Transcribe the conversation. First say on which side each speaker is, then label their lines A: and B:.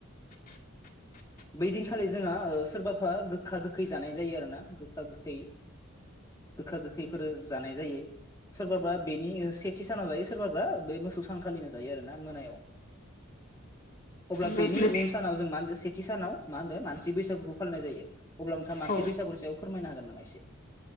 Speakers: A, on the left (about 45°); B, on the left (about 15°).
A: <inaudible>
B: बै दिनखालि जोंहा सोरबाफा गोखा गोखै जानाय जायो आरो ना गोखा गोखै गोखा गोखैफोर जानाय जायो सोरबाबा बेनि सेथि सानाव जायो सोरबाबा बे मोसौ सानखालिनो जायो आरो ना मोनायाव अब्ला
A: नों
B: बेनि
A: नों
B: उन सानाव जों मा होनो सेथि सानाव मा होनो मानसि बैसागुखौ फालिनाय जायो अब्ला नोंथाङ मानसि
A: औ
B: बैसागुनि सायाव फोरमायनो हागोन नामा एसे।